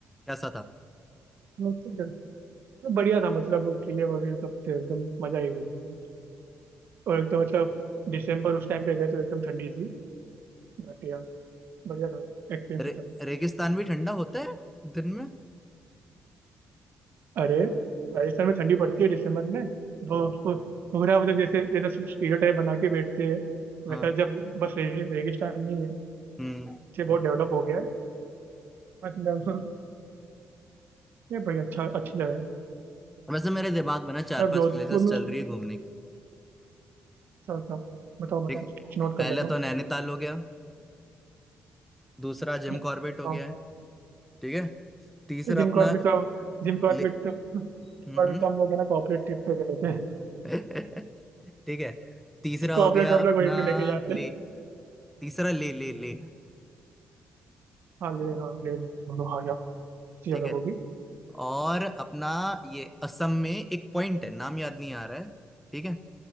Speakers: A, in the centre; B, on the right.
A: कैसा था
B: नोटिस कर बढ़िया था मतलब वो किले वगैरह सब थे एकदम मजा ही घूमने में और एक तो मतलब दिसंबर उस टाइम पे गए तो एकदम ठंडी थी बट यार बढ़िया था एक्सपीरियंस
A: रे,
B: अच्छा था
A: रेगिस्तान भी ठंडा होता है दिन में
B: अरे राजस्थान में ठंडी पड़ती है दिसंबर में वो उसको पूरा मतलब जैसे जैसा स्टीरियोटाइप बना के बैठते हैं
A: हाँ
B: वैसा जब बस रे- रेगिस्तान नहीं है
A: हम्म
B: अच्छे बहुत डेवलप हो गया है मतलब ये भाई अच्छा अच्छी जगह है
A: वैसे मेरे दिमाग में ना चार
B: अब
A: पांच
B: जोधपुर
A: प्लेसेस
B: में
A: चल रही है घूमने की
B: अच्छा अच्छा बताओ
A: ठीक
B: बताओ
A: है
B: नोट
A: पहले
B: कर लेता हूँ
A: तो नैनीताल हो गया दूसरा जिम
B: हम्म।
A: कॉर्बेट हो गया है ठीक है तीसरा
B: जिम
A: अपना
B: कॉर्बेट तो जिम कॉर्बेट
A: ले
B: तो जिम
A: हम्म
B: कॉर्बेट
A: हम्म।
B: तो हम लोग है ना कॉर्पोरेट ट्रिप पे गए थे
A: <laughs> ठीक है तीसरा
B: कॉर्पोरेट
A: हो गया
B: हम
A: अपना
B: लोग वहीं पे लेके जाते हैं
A: ले तीसरा ले ले ले
B: हाँ ले हाँ ले लेना बोलो हाँ यार अच्छी जगह
A: ठीक है
B: वो भी
A: और अपना ये असम में एक पॉइंट है नाम याद नहीं आ रहा है ठीक है